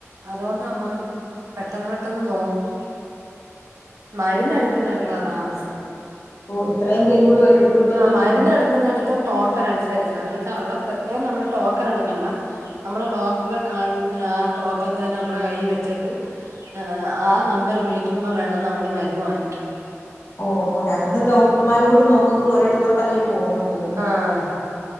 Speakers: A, on the right; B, on the left.
A: അതുകൊണ്ട് നമ്മക്ക്- പെട്ടന്ന് പെട്ടെന്ന് നോക്കും മരുന്നെടുക്കുന്നിടത്താ താമസം
B: ഓ ഇത്രയും- പേരും കൂടി ഒരിടത്തോട്ടല്ലേ
A: ആ മരുന്ന്
B: വരുന്നെ
A: എടുക്കുന്നിടത്തും ടോക്കൺ അനുസരിച്ച എന്തോ ചെ ആ അവിടെ പ്രത്യേകം നമ്മള് ടോക്കൺ എടുക്കണ്ട നമ്മള് ഡോക്ടറെ കാണുന്ന ആ ടോക്കൺ തന്നെ നമ്മളെ കൈ വെച്ചിട്ട് ഏഹ് ആ നമ്പര് വിളിക്കുമ്പം വേണം നമ്മള് മരുന്ന് വാങ്ങിക്കാൻ
B: ഓ രണ്ട് ഡോക്ടർമാരു കൂടി നോക്ക് ഒരിടത്തോട്ടല്ലേ പോന്നത്
A: ആഹ്